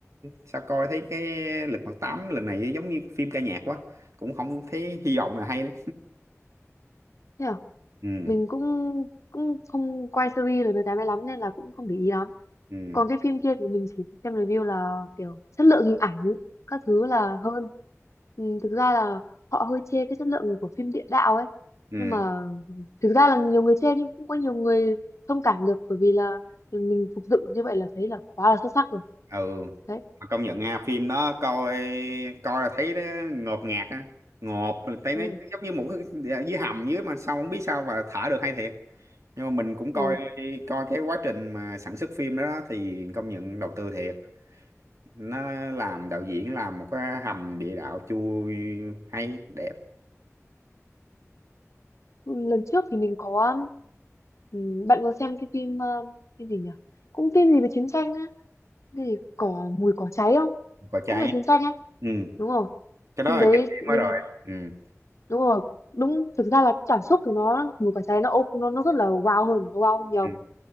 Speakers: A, on the right; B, on the left.
A: sao coi thấy cái lực mặt tám lần này giống như phim ca nhạc quá cũng không thấy hy vọng là hay
B: thế à?
A: ừ
B: mình cũng cũng không quay series rồi người ta mới lắm nên là cũng không để ý lắm
A: ừ
B: còn cái phim kia thì mình chỉ xem review là kiểu chất lượng hình ảnh các thứ là hơn ừ, thực ra là họ hơi chê cái chất lượng của phim địa đạo ấy
A: ừ
B: nhưng mà thực ra là nhiều người chê nhưng cũng có nhiều người thông cảm được bởi vì là mình phục dựng được như vậy là thấy là quá là xuất sắc rồi
A: ừ
B: đấy
A: mà công nhận ha phim đó coi coi là thấy nó ngột ngạt á ngộp mình thấy nó
B: đúng không?
A: giống như một cái dạ, dưới hầm dưới mà sao không biết sao mà thả được hay thiệt nhưng mà mình cũng
B: Ồ,
A: coi coi cái quá trình mà sản xuất phim đó, đó thì công nhận đầu tư thiệt nó làm đạo diễn làm một cái hầm địa đạo chui hay đẹp
B: lần trước thì mình có ừ, bạn có xem cái phim ờ, phim gì nhỉ cũng phim gì về chiến tranh á cái gì cỏ mùi cỏ cháy không
A: có cháy
B: cũng về chiến tranh ấy
A: ừ
B: đúng rồi
A: cái đó
B: phim
A: là
B: đấy
A: kinh điển
B: mình
A: quá rồi ừ
B: đúng rồi đúng thực ra là cảm xúc thì nó mùa cỏ cháy nó ô- nó nó rất là wow hơn nó wow hơn nhiều
A: ừ